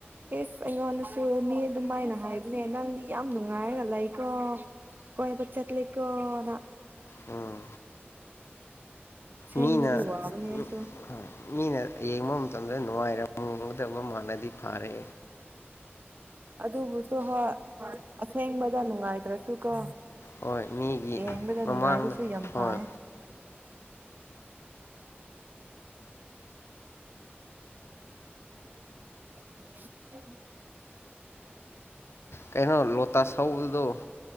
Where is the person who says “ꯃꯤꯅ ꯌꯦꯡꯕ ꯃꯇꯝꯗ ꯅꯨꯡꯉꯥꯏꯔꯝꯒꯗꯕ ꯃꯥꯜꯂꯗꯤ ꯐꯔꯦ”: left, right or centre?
Left